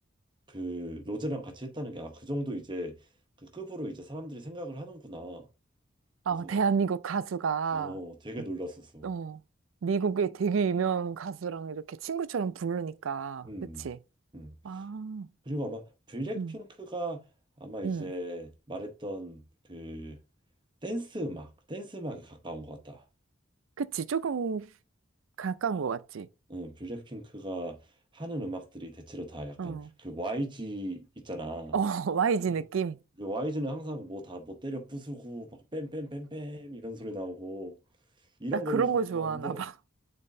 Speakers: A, on the right (about 25°); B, on the right (about 75°).
A: 그 로제랑 같이 했다는 게 아 그 정도 이제 그 급으로 이제 사람들이 생각을 하는구나 그래서
B: 아, 대한민국 가수가,
A: 어 되게 놀랐었어
B: 어, 미국의 되게 유명한 가수랑 이렇게 친구처럼 부르니까.
A: 음,
B: 그치?
A: 음.
B: 아,
A: 그리고 아마 블랙핑크가
B: 응,
A: 아마 이제
B: 응.
A: 말했던 그 댄스 음악 댄스 음악에 가까운 것 같다
B: 그치? 조금 가까운 것 같지?
A: 음, 블랙핑크가 하는 음악들이 대체로 다 약간
B: 응.
A: 그 YG 있잖아.
B: 어, <laughs> YG
A: 네.
B: 느낌?
A: YG는 항상 뭐 다 뭐 때려 부수고 막 뺨뺨 뺨 뺨 이런 소리 나오고 이런
B: 나 그런
A: 거를
B: 거 좋아하나
A: 좋아하는데
B: 봐.